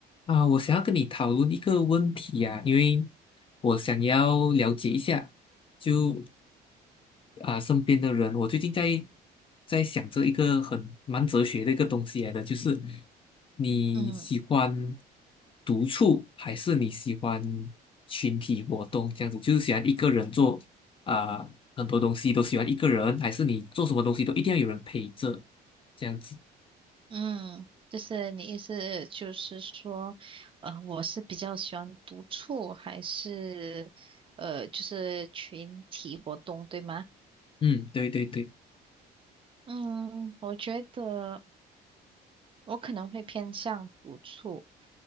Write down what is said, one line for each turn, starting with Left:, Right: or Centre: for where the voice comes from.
Left: 啊，我想要跟你讨论一个问题啊，因为我想要了解一下，就啊身边的人，我最近在在想着一个很蛮哲学的一个东西来的，就是你喜欢
Right: 嗯
Left: 独处还是你喜欢群体活动这样子，就是喜欢一个人做啊很多东西都喜欢一个人，还是你做什么东西都一定要有人陪着这样子？
Right: 嗯，就是你意思就是说，呃，我是比较喜欢独处，还是呃，就是群体活动，对吗？
Left: 嗯，对对对，
Right: 嗯，我觉得我可能会偏向独处，